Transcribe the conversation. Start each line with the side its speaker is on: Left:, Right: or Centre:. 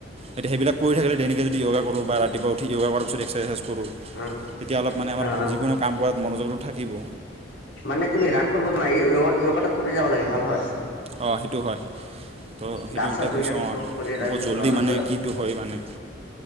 Right: এতিয়া সেইবিলাক কৰি থাকিলে দাইলিকে যোগা কৰোঁ বা ৰাতিপুৱা উঠি য়োগা কৰাৰ পিছত এক্সাৰচাইজ কৰোঁ।
Left: অ
Right: তেতিয়া অলপ মানে আমাৰ
Left: অ অ
Right: যিকোনো কাম কৰাত মনোযোগটো থাকিব।
Left: মানে তুমি ৰাণ কৰিব জানা য়োগাটা কৰি যাব লাগে, ভাল হয়।
Right: অঁ সেইটো হয়ঁ। ত' সেইটো
Left: গা
Right: এইটা
Left: চা ধুই
Right: কৈছোঁ
Left: আনি
Right: অ
Left: য়োগা কৰি তাৰপিছত
Right: বহুত জল্দি
Left: ৰাণত
Right: মানে কিটো হয় মানে।